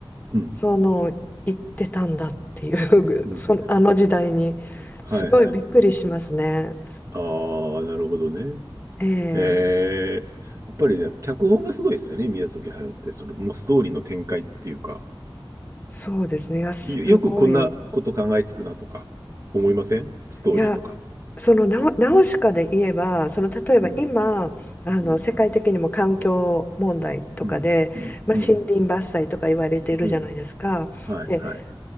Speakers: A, on the right; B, on the left.
A: うん。
B: その行ってたんだっていう
A: うん
B: <laughs> そのあの時代にすごいびっくりしますね。
A: はいはい。ああ、なるほどね。
B: ええ
A: へえ。やっぱりね、脚本がすごいですよね、宮崎駿って。その、もうストーリーの展開っていうか。
B: そうですね。いやすごい。
A: いよよくこんなこと考えつくなとか、思いませんストーリーとか。
B: いやそのナオ、ナウシカで言えばその例えば今あの世界的にも環境問題とかで、
A: うん。うん。うん。うん。
B: まあ、
A: うん。
B: 森林伐採とか言われているじゃないですか。
A: うん。はい。
B: で
A: はい。